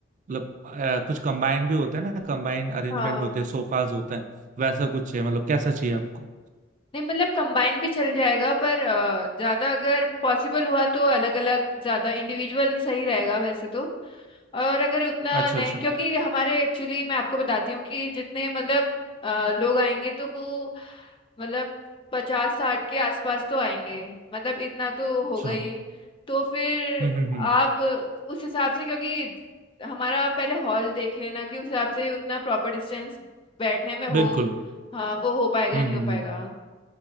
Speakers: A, on the right (about 40°); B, on the left (about 30°).
A: मतलब अ, कुछ कंबाइन भी होते हैं ना कंबाइन अरेंजमेंट
B: हाँ
A: होते हैं सोफाज होते हैं वैसा कुछ है मतलब कैसा चाहिए आपको
B: नहीं मतलब कंबाइन भी चल जाएगा पर अ, ज्यादा अगर पॉसिबल हुआ तो अलग अलग ज्यादा इंडिविजुअल सही रहेगा वैसे तो और अगर उतना
A: अच्छा
B: नहीं
A: अच्छा
B: क्योंकि हमारे एक्चुअली मैं आपको बताती हूँ कि जितने मतलब अ, लोग आएंगे तो वो मतलब पचास साठ के आसपास तो आएंगे मतलब इतना तो
A: अच्छा
B: होगा ही
A: हम्म
B: तो फिर
A: हम्म हम्म
B: आप उस हिसाब से क्योंकि हमारा पहले हॉल देख लेना कि उस हिसाब से उतना प्रॉपर डिस्टेंस बैठने में हो
A: बिल्कुल
B: हाँ वो हो पाएगा
A: हम्म
B: नहीं
A: हम्म
B: हो पाएगा
A: हम्म